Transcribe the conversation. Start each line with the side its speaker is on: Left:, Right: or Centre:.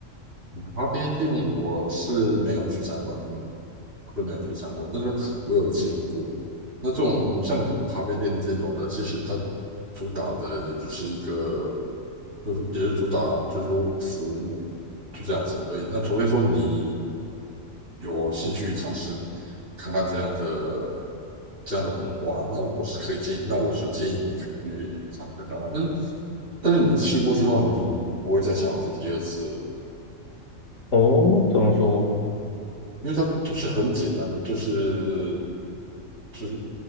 Right: 咖啡店我是没有去参观，都没有去参观，但是我有经过。那这种像女仆咖啡店这种的，其实它主打的也就是一个，就是也是主打就是说服务，就这样子而已。那除非说你有兴趣尝试看看这样的这样的文化，那我是可以建议，那我是建议你可以去尝试看看。但是但是你试过之后，你就不会再想要去第二次。
Left: 哦，怎么说？
Right: 因为它不是很简单的，就是就是